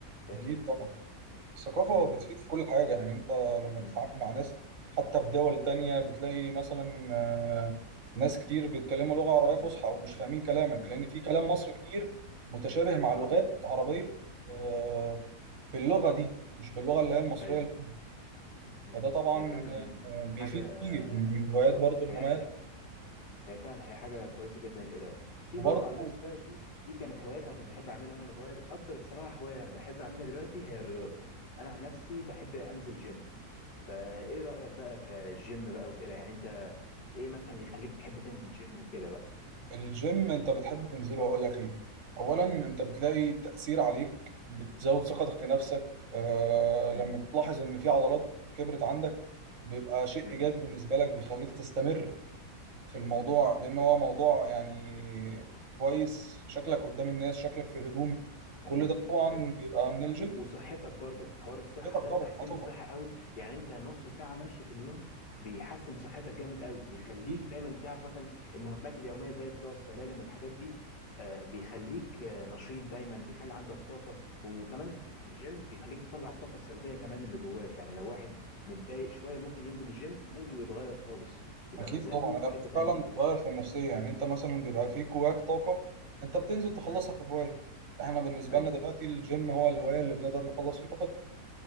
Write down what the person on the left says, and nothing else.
فاهمني
مم.
مم.
مم.
مم.
اه
ايوه
مم.
هي فعلا
حاجه
اه
هي هي فعلا هي حاجه كويسه جدا القرايه في
برضو عن نفسي بقى دي دي كانت هوايات انا كنت بحب اعملها وانا صغير اكتر الصراحه هوايه انا بحب اعملها دلوقتي هي الرياضه انا عن نفسي بحب انزل جيم فايه رايك بقى في الجيم بقى وكده يعني انت ايه مثلا اللي يخليك تحب تنزل جيم وكده بقى
امم
امم
امم
اكيد
أيوة.
و- وصحتك برضو حوار الصحة
ده
تحسين
الصحة قوي يعني انت نص ساعة ماشي في اليوم بيحسن صحتك جامد قوي يخليك
دايما تعرف مثلا المهمات اليومية زي طلوع السلالم والحاجات دي آه، بيخليك آه، نشيط دايما بيخلي عندك طاقة وكمان الجيم بيخليك تطلع الطاقة السلبية كمان اللي جواك يعني لو واحد متضايق شوية ممكن ينزل الجيم موده يتغير خالص يبقى
مزاجه
في
حتة تانية
مم.
مم.
ايوه